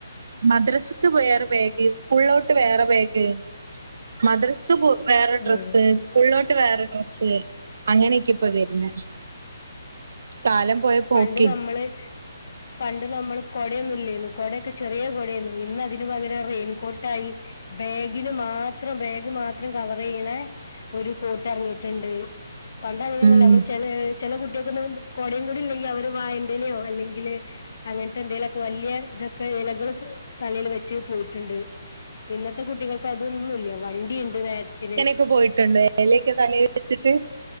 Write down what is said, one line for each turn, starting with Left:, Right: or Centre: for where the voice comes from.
Right: മദ്രസ്ക്ക് വേറെ ബേഗ് സ്കൂളിലോട്ട് വേറെ ബേഗ് മദ്രസ് പോ വേറെ
Left: ഉം
Right: ഡ്രെസ്സ് സ്കൂളിലോട്ട് വേറെ ഡ്രസ്സ്, അങ്ങനെക്കെ ഇപ്പ വരുന്നെ കാലം പോയ പോക്കേ
Left: പണ്ട് നമ്മള് പണ്ട് നമ്മള് കൊടയൊന്നും ഇല്ലേന്നു കൊടയൊക്കെ ചെറിയ കൊടേന്നു ഇന്ന് അതിന് പകരം റെയിൻകോട്ടായി ബേഗിന് മാത്രം ബേഗ് മാത്രം കവറെയ്യ്ണേ ഒര് കോട്ടെറങ്ങിട്ട്ണ്ട്. പണ്ടങ്ങനൊന്നുല്ല
Right: ഉം
Left: നമ്മള് ചെ ചെല കുട്ടികൾക്കൊന്നും കോടയും കൂടി ഇല്ലെങ്കിൽ അവര് വാഴന്റെ ഡ്ഢിലിയോ അല്ലെങ്കില് അങ്ങൻത്തെ എന്തെങ്കിലൊക്കെ വല്യയ ഇത് കൈലകള് തലേൽ വെച്ച് പോയിട്ടുണ്ട് പിന്നെ ഇന്നത്തെ കുട്ടികൾക്ക് അതൊന്നുംല്ല വണ്ടിയുണ്ട് നേരത്തിന്
Right: ക്ക് പോയിട്ടുണ്ട്. എലൊക്കെ തലേ വെച്ചിട്ട്